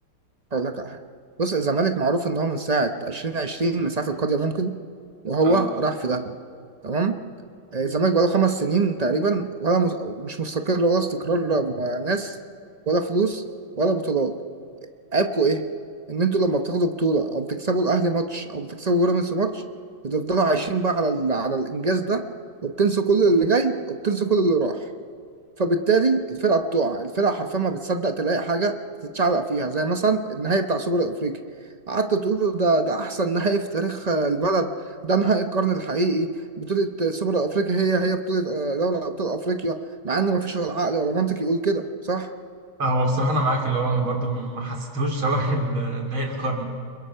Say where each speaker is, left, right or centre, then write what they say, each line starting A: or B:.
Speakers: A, on the right (about 50°); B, on the right (about 80°).
A: هقول لك على حاجه بص الزمالك معروف ان هو من ساعه 2020 من ساعه القضيه ممكن وهو
B: آه
A: راح في داهيه تمام آه، الزمالك بقاله خمس سنين تقريبا ولا مس... مش مستقر ولا استقرار لا م- ناس ولا فلوس ولا بطولات عيبكوا ايه ان انتوا لما بتاخدوا بطوله او بتكسبوا الاهلي ماتش او بتكسبوا بيراميدز ماتش بتفضلوا عايشين بقى على ال... على الانجاز ده وبتنسوا كل اللي جاي وبتنسوا كل اللي راح فبالتالي الفرقه بتقع الفرقه حرفيا ما بتصدق تلاقي حاجه تتشعلق فيها زي مثلا النهائي بتاع سوبر الافريقي قعدت تقول ده ده احسن نهائي في تاريخ آه، البلد ده نهائي القرن الحقيقي بطوله آه، سوبر الافريقي هي هي بطوله آه، دوري ابطال افريقيا مع ان ما فيش ولا عقل ولا منطق يقول كده صح
B: هو بصراحة أنا معاك اللي هو برضه ما حسيتهوش شبه ال- نهائي القرن